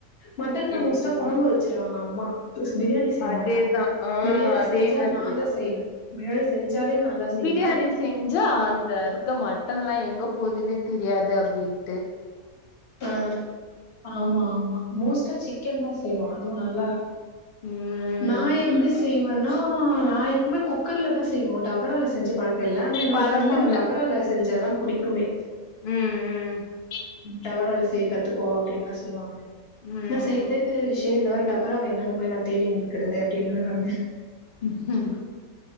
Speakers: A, on the left; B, on the left.
A: மட்டன்ல
B: ம்
A: மோஸ்ட்டா கொழம்பு வெச்சிருவாங்க அம்மா பிளஸ் பிரியாணி செய்ய
B: அதேதா
A: மாட்டாங்க
B: ஆ
A: பிரியாணி
B: அதே
A: செஞ்சா
B: மாதிரி
A: நா தா செய்ணு பிரியாணி செஞ்சாலே நா தா செய்வே
B: பிரியாணி செஞ்சா அந்த இருக்க மட்டன்லா எங்க போதுன்னே தெரியாது அப்டின்னு
A: ஆ ஆமா ஆமா மோஸ்ட்டா சிக்கன் தா செய்வோ அதுவு நல்லாருக்கு
B: ம்
A: நா எப்படி செய்வேன்னா நா எப்புமே குக்கர்ல தா செய்வோ டபரால செஞ்சி பழக்கோ இல்ல ஆனா என்னோட
B: பழக்கோ
A: ஃப்ரெண்டுக்கு
B: இல்ல
A: டபரால செஞ்சாதா புடிக்குமே
B: ம் ம்
A: டவரால செய்ய கத்துக்கோ அப்டின்லா சொல்லுவாங்க
B: ம்
A: நா செய்யற்தே பெரிய விஷ்யோ இதுல வேற டபராவ எங்கனு போய் நா தேடின்னுக்கறது அப்டின்னுவே நானு
B: ம்